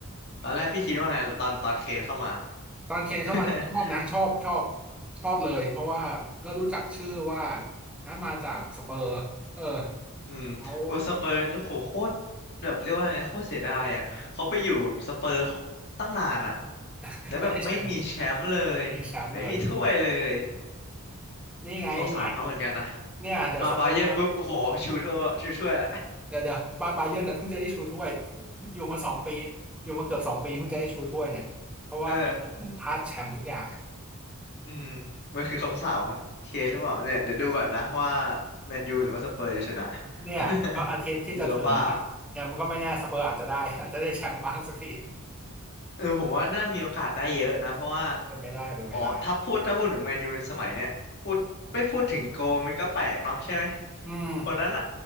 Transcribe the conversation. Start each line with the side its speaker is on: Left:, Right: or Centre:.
Left: ตอนแรกพี่คิดว่าไงตอนตอนเคนเข้ามา
Centre: ตอนเคนเข้ามาชอบนะชอบชอบ
Left: <laughs>
Centre: ชอบเลยเพราะว่าก็รู้จักชื่อว่าอ่ะมาจากสเปอร์เออ
Left: อืมโอสเปอร์เนี่ยโหโคตรแบบเรียกว่าไงโคตรเสียดายอ่ะเขาไปอยู่สเปอร์
Centre: แล้ว
Left: ตั้งนานอ่ะ
Centre: <laughs>
Left: แล้วแบบไม่มีแชมป์เลยไม่มีถ้วยเลย
Centre: ไม่ได้แชมป์ มีแชมป์เลยนี่ไงเนี่ย
Left: สงสารเขาเหมือนกันนะ
Centre: เนี่ยเดี๋ยวซัปเปอร์
Left: มาบาเยิร์นปุ๊บโอ้โหชูถ้วยชูถ้วยละ
Centre: เดี๋ยวเดี๋ยวบาบาเยิร์นเนี่ยเพิ่งจะได้ชูถ้วย <laughs> อยู่มาสองปีอยู่มาเกือบสองปีเพิ่งจะได้ชูถ้วยเนี่ยเพราะว่าปีก่อนพลาดแชมป์ทุกอย่าง
Left: เอออืมมันคือคำสาปของเคนหรือเปล่าเนี่ยเดี๋ยวดูก่อนนะว่าแมนยูหรือว่าสเปอร์จะชนะ
Centre: เนี่ยก็อาทิตย์ที่จะถึงเนี่ยเนี่ยมันก็ไม่แน่สเปอร์อาจจะได้
Left: <laughs> ยูโรป้า
Centre: <laughs> อาจจะได้แชมป์บ้างสักที
Left: เออผมว่าน่ามีโอกาสได้เยอะนะเพราะว่า
Centre: เป็นไปได้เป็นไปได้
Left: อ๋อถ้าพูดถ้าพูดถึงแมนยูสมัยเนี้ยพูดไม่พูดถึงโกมันก็แปลกเนาะใช่ไหม
Centre: อืม
Left: คนนั้นอะ